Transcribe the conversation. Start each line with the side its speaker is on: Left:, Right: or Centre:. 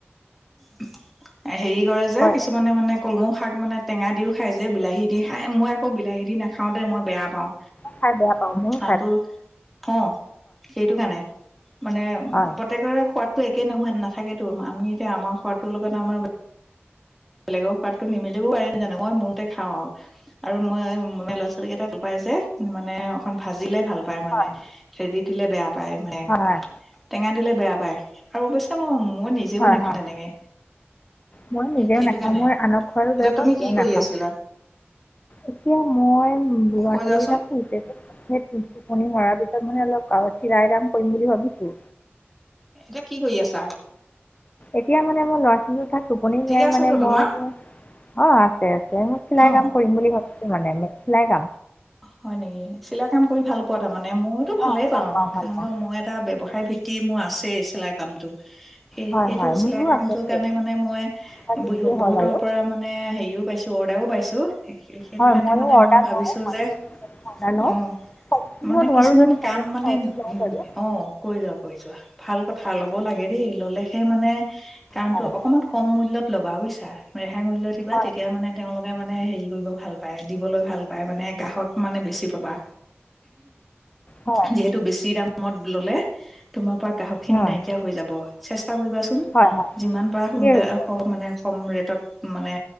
Centre: <unintelligible> হেৰি কৰে যে
Left: হয়
Centre: কিছুমানে
Left: হয়
Centre: মানে কলমুখ শাক মানে টেঙা দিও খায় যে বিলাহী দি খাই মই আকৌ বিলাহী দি নাখাওঁতে মই বেয়া পাওঁ।
Left: খাই বেয়া পাওঁ মই
Centre: আনটো অ ', সেইটো কাৰণে মানে
Left: হয়
Centre: পুতেকৰ খোৱাটো একেই নোহোৱ নাথাকেতো আমি এতিয়া আমাৰ সোৱাদটোৰ লগত আমাৰ বেলেগৰ সোৱাদটো নিমিলিবও পাৰিমাজানো মই মোৰতে খাওঁ আৰু আৰু মই ল'ৰা ছোৱালীকেইটাক পায় যে মানে ভাজিলে ভাল। তাৰ মানে
Left: হয়
Centre: সেইবিধ ছিলে বেয়া পাই মানে
Left: হয় হয়
Centre: টেঙা দিলে বেয়া পায় আৰু অৱশ্যে মই নিজেও
Left: হয়
Centre: নাখাওঁ
Left: -হয়
Centre: তেনেকে
Left: মই নিজেও
Centre: সেইটো
Left: নাখাওঁ
Centre: কাৰণে
Left: মই আনক খোৱলো
Centre: এতিয়া
Left: বেয়া
Centre: তুমি
Left: পাওঁ নিজেও
Centre: কি কৰি
Left: নাখাওঁ
Centre: আছিলা
Left: এতিয়া মই বৰা
Centre: কৈ
Left: ছোৱালী
Centre: যোৱাচোন
Left: কেইটা শু যে টোপনি মৰাৰ পিছত মানে অলপ চিৰাই কাম কৰিম বুলি ভাবিছো।
Centre: এতিয়া কি কৰি আছা?
Left: এতিয়া মানে মোৰ ল'ৰা ছোৱালী থাক টোপনি নিয়াই
Centre: ঠিকে আছাতো
Left: মানে মই
Centre: তোমাৰ
Left: অ', আছে- আছে মোক চিলাই
Centre: অ
Left: কাম কৰিম বুলি ভ মানে মেলাই গাম
Centre: হয় নেকি? চিলাই কাম কৰি ভাল পোৱা তাৰমানে, ময়তো
Left: অ
Centre: ভালেই
Left: ভাল
Centre: পাওঁ,
Left: ভাল
Centre: কাৰণ
Left: পাওঁ
Centre: তো মই এটা ব্যৱসায় ভিত্তি মোৰ আছেই চিলাই আমটো সেই
Left: হয়
Centre: সেইটো
Left: হয়
Centre: চিলাই
Left: মোৰো
Centre: কামটোৰ
Left: আছে দেই
Centre: কাৰণে মানে মই
Left: তথাপিও
Centre: বহুতৰ
Left: হয় বাৰু
Centre: পৰা মানে হেৰিও পাইছো অৰ্ডাৰো পাইছো। আ শঁ <unintelligible> স সেইটো
Left: হয়
Centre: কাৰণে
Left: ময়ো
Centre: মানে
Left: অৰ্ডাৰ
Centre: মই ভাবিছো
Left: লওঁ
Centre: তোৰ যে
Left: অৰ্ডাৰ লওঁ
Centre: অ
Left: সম্পূৰ্ণ
Centre: মানে
Left: নোৱাৰোঁ
Centre: কিছুমান
Left: যদি
Centre: কাম
Left: মাজে মাজে
Centre: মানে
Left: অৰ্ডাৰ লওঁ
Centre: উ'
Left: বাৰু
Centre: অ' কৰি যোৱা-কৰি যোৱা ভাল কথা ল'ব লাগে দেই, ল'লে সেই মানে কাৰণটো
Left: হয়
Centre: অকনমান কম মূল্যত ল'বা বোছি চ ৰেহাই মূল্য কিবা
Left: হয়
Centre: তেতিয়া মানে তেওঁলোকে মানে হেৰি কৰিব ভাল পায় দিবলৈ ভাল পায় মানে গ্ৰাহক মানে বেছি পাবা।
Left: হয়
Centre: যিহেতু বেছি দাম দামত ললে তোমাৰ পা গ্ৰাহক খিনি
Left: উম,
Centre: নাইকিয়া হৈ যাব। চে চেষ্ট কৰিবাচোন
Left: হয় হয়
Centre: যিমান পাৰা
Left: ঠিকেই
Centre: সোনকে
Left: হৈছে
Centre: মানে কম ৰেটত মানে